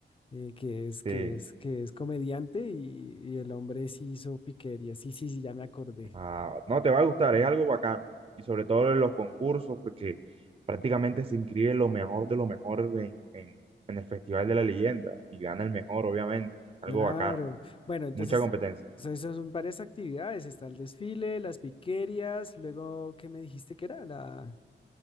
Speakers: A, on the left (about 25°); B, on the right (about 30°).
A: eh, que es, que
B: Este,
A: es, que es comediante y, y el hombre sí hizo piquerías. Sí, sí, sí, ya me acordé.
B: Ah, no, te va a gustar, es algo bacano. Y sobre todo en los concursos, porque prácticamente se inscribe lo mejor de lo mejor en, en, en el Festival de la Leyenda y gana el mejor, obviamente. Algo
A: Claro.
B: bacano,
A: Bueno, entonces,
B: mucha competencia.
A: so- eso son varias actividades. Está el desfile, las piquerías, luego, ¿qué me dijiste que era? La...